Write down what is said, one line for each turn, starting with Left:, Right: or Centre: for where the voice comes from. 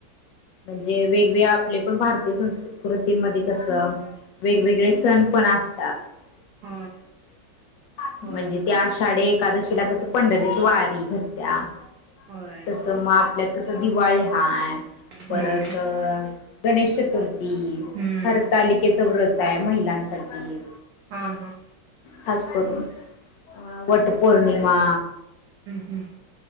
Left: ते वेगवेगळी आपली पण भारतीय संस्कृती कृतीमध्येध्ये कसं वेगवेगळे सण पण असतात त्यांन
Right: ह
Left: काय होतय
Right: होय
Left: म्हणजे त्या आषाढी एकादशीला कस पण पंढरीची वारी भरतीया
Right: होय
Left: तस म आपल्यात कस दिवाळी हाय परत
Right: हम्म
Left: गणेश चतु <unintelligible> हम्
Right: हम्म
Left: हरतालिकेचं व्रत काय महिलांसाठी
Right: हा हा
Left: हास करून हा वटपौर्णिमा
Right: हमम्